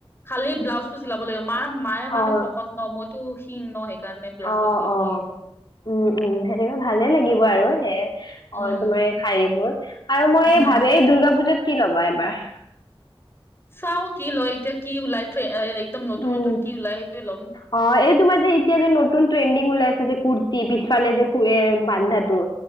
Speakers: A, on the left (about 25°); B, on the left (about 50°).
A: খালি ব্লাউজ টো চিলাব লাগিব মাৰ মায়ে মানে
B: অ
A: শকত ন মইতো সিন ন সেই। বিলাউছটো
B: অ
A: চিলাব লাগিব।
B: অ। উম উম সেনেকে ভালে লাগিব আৰু সে। অ',
A: উম
B: তোমাৰ এই শাৰীবোৰ আৰু মই
A: উম
B: ভাবি এই দুূৰ্গা পুজাত কি ল'বা এবাৰ
A: চাও কি লয় এতিয়া কি ওলাই একদম নতুন
B: উম
A: নতুন কি ওলাই সেইটোয়ে ল'ম।
B: অ এই তোমাৰ যে এতিয়া যে নতুন ট্ৰেণ্ডিং ওলাইছে যে কুৰ্তি পিছফালে যে শোৱে বান্ধাটোৰ।